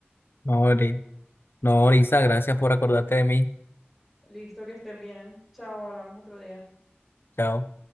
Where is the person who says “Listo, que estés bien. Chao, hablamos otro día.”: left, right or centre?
Centre